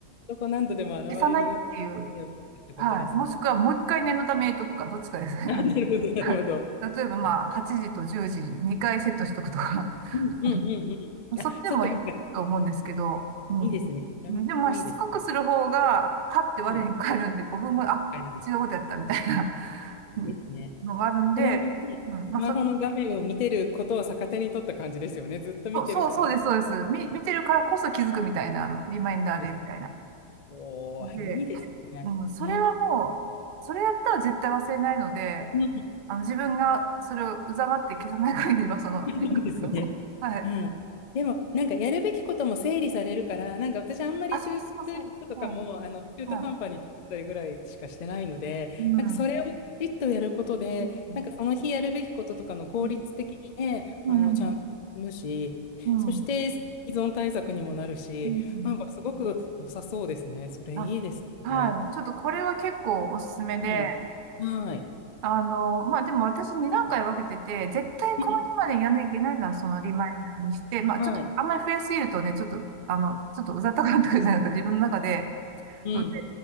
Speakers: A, on the left; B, on the right.
A: どこ何度でも現れるようにってことですね。
B: 消さないっていう、はい。もしくはもう一回念のために入れとくか、どっちかですね。
A: あ、
B: あのはい。
A: なるほど、なるほど。
B: 例えばまあ、
A: あ、
B: 8時と10時、2回セットしとくとか。
A: うんうんうんうん。
B: <laughs> そっちでもいいと思うんですけど、
A: あ、そうか、そうか。
B: うん。
A: いいですね。それもいいですね。
B: でもまあ、しつこくする方が、はって我に返るんで、
A: うん
B: 5分後、あ、
A: 確かに。
B: 違うことやったみたいな
A: ですね。
B: うんのがあるんで、
A: それもね、
B: うん、まあ、
A: スマホの画面を見てることを逆手に取った感じですよね。
B: そ、
A: ずっと見てるから。
B: そう、そうそうです、そうです。み、見てるからこそ気づくみたいな、あの、リマインダーで、
A: です。
B: みたいな。
A: おー、
B: で、
A: いいですね。
B: うん、それはもう、
A: うん。
B: それやったら絶対忘れないので、
A: うん <laughs>
B: あの、自分がそれをうざがって消さない限りは、その、
A: いいですね。
B: リマインダーを。はい。
A: うん。でも、なんかやるべきことも整理されるから、なんか私あんまりトゥードゥリストとかも、
B: あ、そうそうそう。はい。
A: あの、中途半端に作ったりぐらいしかしてないので、
B: はい。うん。
A: なんかそれをきちっとやることで、
B: うん。
A: なんかその日やるべきこととかの効率的にね、
B: うん。
A: あの、
B: うん
A: ちゃんと進むし、
B: うん。
A: そして依存対策にもなるし、
B: うん。
A: なんかすごく良さそうですね。それいいですね。
B: あ、はい。ちょっとこれは結構おすすめで、
A: うん。はい。
B: あの、まあ、でも私2段階分けてて、絶対この日までやんなきゃいけないならそのリマインダーにして、
A: うん。
B: まあ、
A: はい。
B: ちょっとあんまり増やしすぎるとね、ちょっと、あの、ちょっとうざったくなってくるじゃないですか、自分の中で。
A: うん。
B: ので、